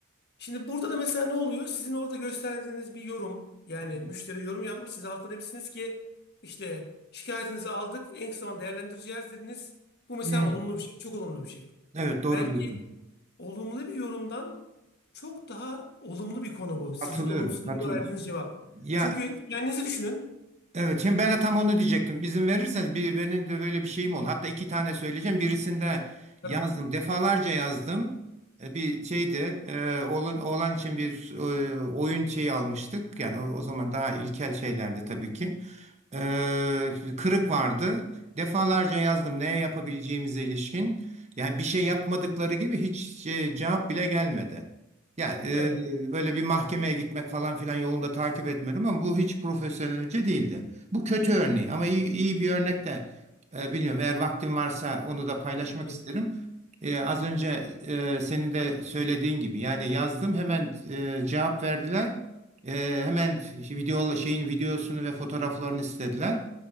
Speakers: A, on the left; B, on the right.
A: Şimdi burada da mesela ne oluyor? Sizin orada gösterdiğiniz bir yorum, yani
B: Hı
A: müşteri yorum yapmış. Siz altına demişsiniz ki işte şikayetinizi aldık, en kısa zamanda değerlendireceğiz dediniz. Bu mesela
B: hı.
A: olumlu bir şey, çok olumlu bir şey.
B: Evet doğru
A: Belki
B: diyorsun.
A: Olumlu bir yorumdan çok daha olumlu bir konu bu. Sizin
B: Katılıyorum.
A: olumsuz
B: Katılıyorum.
A: yoruma verdiğiniz cevap.
B: Ya
A: Çünkü kendinizi düşünün.
B: evet şimdi ben de tam onu diyecektim. İzin verirseniz bir benim de böyle bir şeyim oldu. Hatta iki tane söyleyeceğim. Birisinde
A: Tabii
B: yazdım.
A: ki.
B: Defalarca yazdım. E, Bir şeydi. E, oğlan, oğlan için bir e, oyun şeyi almıştık. Yani o, o zaman daha ilkel şeylerdi tabii ki. Ee, kırık vardı. Defalarca yazdım ne yapabileceğimize ilişkin. Yani bir şey yapmadıkları gibi hiç e, cevap bile gelmedi. Yani e,
A: Evet.
B: böyle bir mahkemeye gitmek falan filan yolunda takip etmedim ama bu hiç profesyonelce değildi. Bu kötü örneği ama iyi, iyi bir örnek de e, bilmiyorum. Eğer vaktim varsa onu da paylaşmak
A: Tabii ki.
B: isterim. E, az önce e, senin de söylediğin gibi yani yazdım hemen e, cevap verdiler. Ee, hemen video şeyin videosunu ve fotoğraflarını istediler.